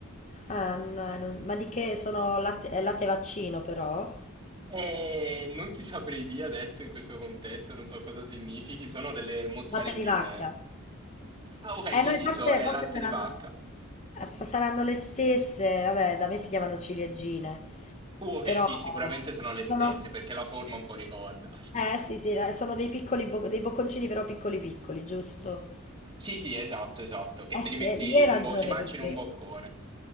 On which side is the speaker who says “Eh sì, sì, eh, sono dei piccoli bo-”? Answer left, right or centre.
Left